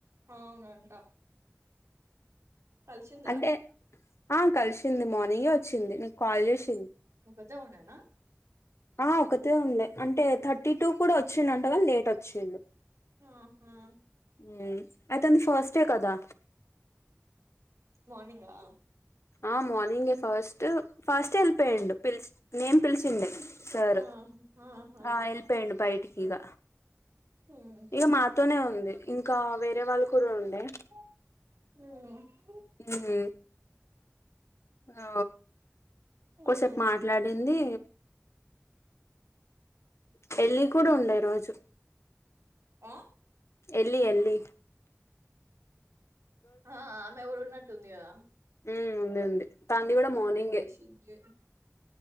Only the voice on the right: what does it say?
అవునంట కలిషిందా
ఒకతే ఉండేనా
ఆహా
మార్నింగా
ఆహా ఆహా
హ్మ్
హ్మ్
హ్మ్
ఊహూ
ఆ
ఆ ఆమె కూడా ఉన్నట్టుంది గదా
చేసింది